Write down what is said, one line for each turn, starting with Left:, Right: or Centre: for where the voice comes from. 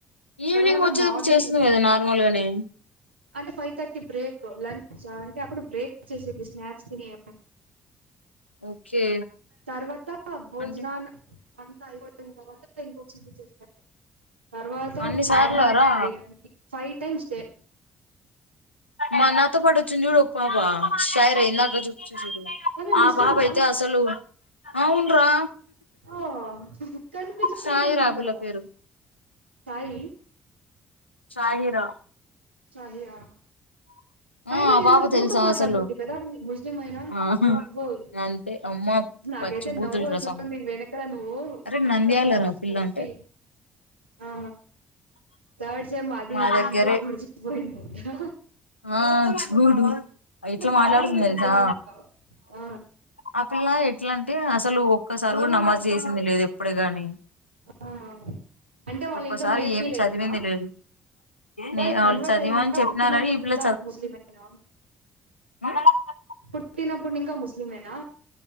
Left: ఈవినింగ్
Right: తర్వాత
Left: వచ్చేదిప్పుడు
Right: మార్నింగ్
Left: చేస్తుంది కదా నార్మల్ గానే
Right: అంటే ఫైవ్ థర్టీ బ్రేక్ లంచ్ అంటే అప్పుడు బ్రేక్ వచ్చేసేది స్నాక్స్ తి <unintelligible>
Left: ఓకే
Right: తర్వాత భోజనాన్ని
Left: అంటే
Right: అంతా అయిపోయిన తర్వాత ఇంకొకసారి స తర్వాత
Left: అన్ని సార్లారా
Right: మార్నింగ్ బిర్యానీ ఫైవ్ టైమ్స్ డే
Left: మనతో పాటు వచ్చింది చూడు పాప షైర్యిందక వచ్చింది చూడు
Right: ఆమె
Left: ఆ
Right: ముస్లిమా
Left: పాప అయితే అసలు అవున్రా
Right: ఆ కనిపించనే
Left: షాయిరా
Right: కనిపించదు
Left: ఆ పిల్ల పేరు
Right: షాయి
Left: షాయిరా
Right: షాయిరా
Left: ఆ
Right: అయిన
Left: ఆ
Right: ఎంత
Left: పాప
Right: బూతులు
Left: తెలుసా
Right: మాట్లాడుతుంది
Left: అసలు
Right: కదా ముస్లిం అయినా
Left: ఆ
Right: అమ్మ బాబోయ్
Left: అంతే అమ్మ
Right: నాకైతే
Left: పచ్చి బూతులు
Right: నవ్వొస్తుంది
Left: రా సామి
Right: వెనకల నువ్వు
Left: అరే
Right: మాట్లాతన్నా
Left: నంద్యాలరా ఆ పిల్ల
Right: కలిసి
Left: అంటే
Right: ఆ థర్డ్ సేమ్ అది
Left: మా
Right: ఇది
Left: దగ్గరే
Right: అంటే గుర్చకుపోయిందంటా
Left: ఆ చూడు ఇట్లా మాట్లాడుతుంది
Right: నార్మల్గా
Left: తెలుసా
Right: చెప్పేసిస్తావ ఆ
Left: ఆ పిల్ల ఎట్లాంటే అస అసలు ఒక్కసారి
Right: ఆ
Left: కూడా నమాజ్ చేసింది లేదు ఎప్పుడు గాని
Right: ఆ అంటే వాళ్ళ
Left: ఒక్కసారి
Right: ఇంట్లో నేర్పిలేదా
Left: ఏం చదివింది లేదు
Right: వాళ్ళు
Left: నే ఆమెని
Right: కన్వర్ట్
Left: చదువు
Right: అయ్యిందా
Left: అని చెప్పినానని
Right: పుట్టినప్పుడు
Left: ఇ పిల్ల
Right: ఇంకా ముస్లిమేనా
Left: మన లాగా
Right: పుట్టినప్పటి నింక ముస్లిమేనా